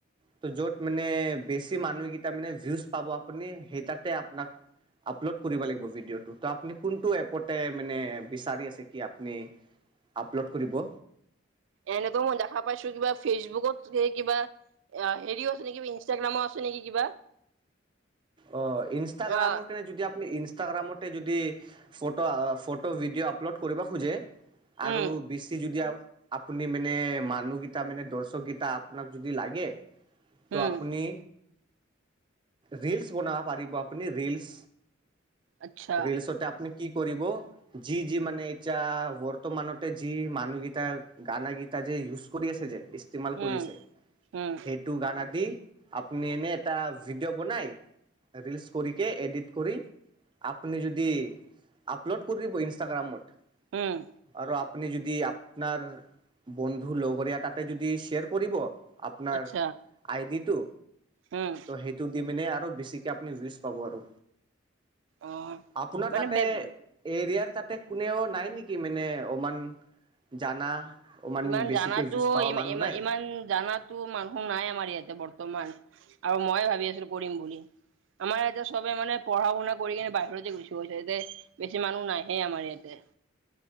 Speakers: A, on the right (about 25°); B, on the right (about 75°).
A: ত' য'ত মানে বেছি মানুহকেইটা মানে ভিউজ পাব আপুনি সেই তাতে আপোনা আপলোড কৰিব লাগিব ভিডিঅ'টো ত আপনি কোনটো এপতে মানে বিচাৰি আছে কি আপনি আপলোড কৰিব
B: এনেটো মই দেখা পাইছো কিবা ফেচবুকত স কিবা অ', হেৰিও আছে নিবা ইনষ্টাগ্ৰামৰ আছে নেকি কিবা
A: অ', ইনষ্টাগ্ৰামৰ
B: অ
A: কেনে যদি ইনষ্টাগ্ৰামতে যদি ফটো ফটো ভিডিঅ' আপলোড কৰিব খোজে আৰু
B: উম
A: বেছি যদি আপুনি মানে মানুহকেইটা মানে দৰ্শক গিটা আপোনাক যদি লাগে তো
B: উম
A: আপুনি ৰিল বনাব পাৰিব আপুনি ৰীলচচ
B: আচ্ছা
A: ৰীলচতে আপুনি কি কৰিব যি, যি মানে এতিয়া বৰ্তমানতে যি মানুহগিতা গানা গীতা যে ইউজ কৰি আছে যে ই্তেমাল কৰিছে
B: উম উম
A: সেইটো গান আদি আপুনি এনে এটা ভিডিঅ' বনাই ৰৰিলচ কৰিকে এডিট কৰি আপনি যদি আপলোড কৰি দিব ইনষ্টাগ্ৰামত
B: উম।
A: আৰু আপুনি যদি আপোনাৰ বন্ধু লগৰীয়াটাতে যদি শ্বেয়াৰ কৰিব আপোনাৰ
B: আচ্ছা
A: আইডিটো
B: উম।
A: সেইটো দি মিনে আৰু বেছিকে আপুনি ভিউজ পাব আৰু
B: অ
A: আপোনাৰ
B: মানে
A: তাতে
B: বে
A: এৰিয়াৰ তাতে কোনেও নাই নেকি মানে অমান জানা অমান
B: ইমান
A: বেছিকে
B: জানাতো
A: ভিউজ পোৱা
B: ইমান
A: মানুহ
B: ই
A: নাই
B: ইমান জাত তো মানুহ নাই আমাৰ ইয়াতে বৰ্তমান আৰু মই ভাবি আছিলো কৰিম বুলি। আমাৰ এতিয়া চবে মানে পঢ়া শুনা কৰি কিনে বাহিৰৰতে গুচি গৈছে এয়া বেছি মানুহ নাহে আমাৰ ইয়াতে